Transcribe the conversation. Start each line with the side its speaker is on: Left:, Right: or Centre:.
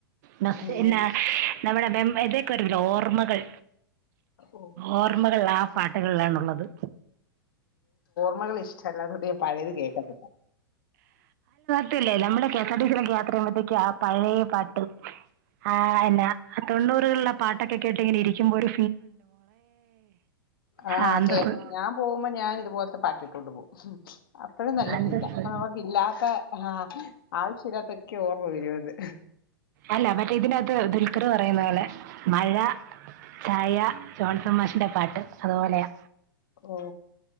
Right: ന്നഹ്
Left: ഉം
Right: ന്നാ നമ്മുടെ മെം ഏതെക്കൊരു നോർമ്മകൾ
Left: ഓ
Right: ഓർമ്മകൾ ആഫ് പാട്ട്കള്ലാണുള്ളത്
Left: മ്മകളിഷ് ചെല്ലാത്തോണ്ടെ പഴയത് കേക്കത്തില്ല
Right: ട്ട്ല്ലേ നമ്മളെ കെ എസ് ആർ ടി സിയിലൊക്കെ യാത്ര യ്യുമ്പഴത്തേക്ക് ആഹ് പയേ പാട്ട് ആഹ് എന്നാ തെണ്ണൂറ്കള്ലെ പാട്ടൊക്കെ കേട്ടി ഇങ്ങനെരിക്കുമ്പോര്
Left: ആഹ്
Right: ആ അന്തസ്സ്
Left: ക്കെ ഞാ പോവുമ്പോ ഞാൻ ഇതുപോല്ത്തെ പാട്ടിട്ടോണ്ട് പോഉം ഉം അപ്പഴും നല്ല
Right: അന്തസ്സ്
Left: ഫീലാ. അപ്പൊ നമുക്ക് ഇല്ലാത്ത ആഹ് ആവശ്യല്ലാത്തെക്ക്യോ ഓർമ്മ വരും. അത്
Right: അല്ല മറ്റെ ഇതിന്റകത്ത് ദുൽക്കർ പറയുന്ന പോലെ മഴ, ചായ, ജോൺസൺമാഷിന്റെ പാട്ട്, അതുപോലെയാ
Left: ഓ